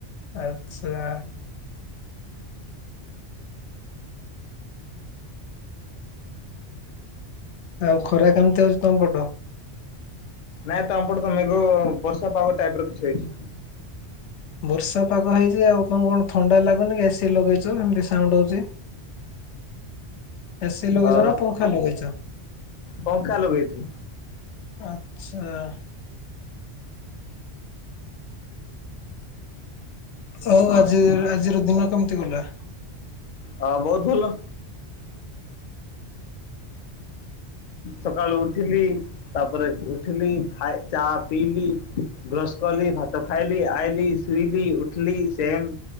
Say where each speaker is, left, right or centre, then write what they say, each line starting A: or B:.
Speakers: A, on the left (about 85°); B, on the left (about 55°).
A: ଆଚ୍ଛା। ଆଉ ଖରା କେମିତି ହଉଚି ତମ ପଟ?
B: ନାଇଁ ତମପଟେ ତ ମେଘ ଅ ବର୍ଷା ପାଗ ଟାଇପ ର କିଛି ହେଇଛି
A: ବର୍ଷା ପାଗ ହେଇଛି ଆଉ ତମକୁ କଣ ଥଣ୍ଡା ଲାଗୁନି କି ଏସି ଲଗେଇଛ ଏମତି ସାଉଣ୍ଡ ହଉଛି? ଏସି ଲଗେଇଚ
B: ଅ
A: ନା ପଙ୍ଖା ଲଗେଇଚ
B: ପଙ୍ଖା ଲଗେଇଛି
A: ଆଚ୍ଛା! ହଉ
B: ହଁ
A: ଆଜିର୍ ଆଜିର ଦିନ କେମିତି ଗଲା?
B: ହଁ ବହୁତ୍ ଭଲ। ସକାଳୁ ଉଠିଲି, ତାପରେ ଘୃ- ଥିଲପ୍ ଖାଏ ଚାପ୍ ଲି ଲି <inaudible> ବ୍ରସ୍ କଲି ଭାତ ଖାଇଲି ଆଇଲି ଶୁଇଲି ଉଠିଲି ସେମ୍